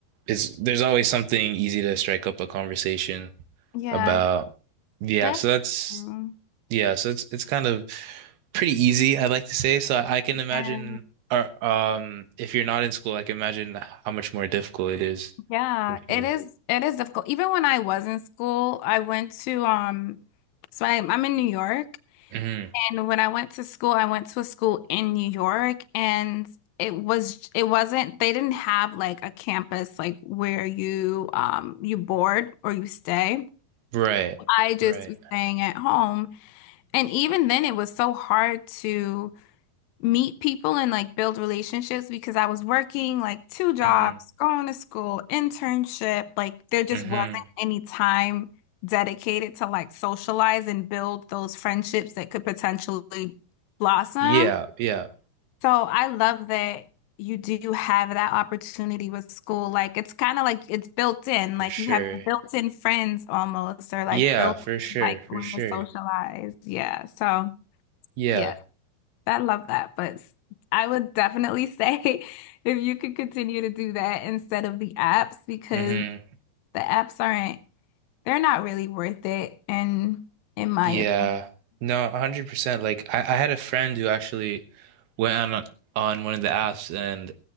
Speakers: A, on the right (about 80°); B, on the left (about 75°).
A: it's, there's always something easy to strike up a conversation
B: Yeah.
A: about. Yeah.
B: That's
A: So that's,
B: true.
A: yeah. So it's, it's kind of pretty easy, I'd like to say. So I, I can imagine,
B: Yeah.
A: or, um, if you're not in school, I can imagine how much more difficult it is.
B: Yeah.
A: For sure.
B: It is it is difficult. Even when I was in school, I went to um so I, I'm in New York
A: hmm
B: And when I went to school, I went to a school in New York and it was it wasn't they didn't have like a campus like where you um you board or you stay.
A: Right.
B: I just
A: Right.
B: was staying at home. And even then it was so hard to meet people and like build relationships because I was working like two jobs,
A: hmm
B: going to school, internship. Like there just
A: hmm
B: wasn't any time dedicated to like socialize and build those friendships that could potentially blossom.
A: Yeah, yeah,
B: So I love that you do have that opportunity with school. Like it's kind of like it's built in,
A: for
B: like
A: sure.
B: you have built-in friends almost, or like
A: Yeah,
B: built
A: for sure,
B: like a
A: for
B: way
A: sure.
B: to socialize. Yeah. So.
A: Yeah.
B: yeah. I love that, but s- I would definitely say <laughs> if you could continue to do that instead of the apps, because
A: hmm
B: the apps aren't, they're not really worth it, in in my
A: Yeah.
B: opinion.
A: No, 100%. Like I, I had a friend who actually went on on one of the apps and